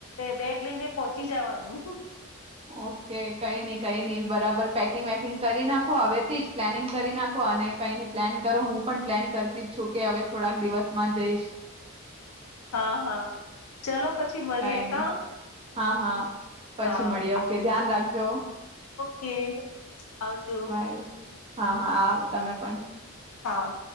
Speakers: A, on the left (about 80°); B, on the right (about 25°).
A: બેગ લઈને પહોંચી જવાનું
B: ઓકે કઈ નહી કઈ નહી બરાબર પેકિંગ વેકિંગ કરી નાખો હવેથી જ પ્લાનિંગ કરી નાખો અને કઈ ન પ્લાન કરો હું પણ પ્લેન કરતી જ છું કે હવે થોડાક દિવસમાં જઈશ
A: હા હા ચલો પછી મળીએે
B: કઈ નઈ
A: કા
B: હા હા પછી
A: હા
B: મળીએ ઓકે ધ્યાન રાખજો
A: કે આવજો
B: બાય હા હા તમે પણ
A: હા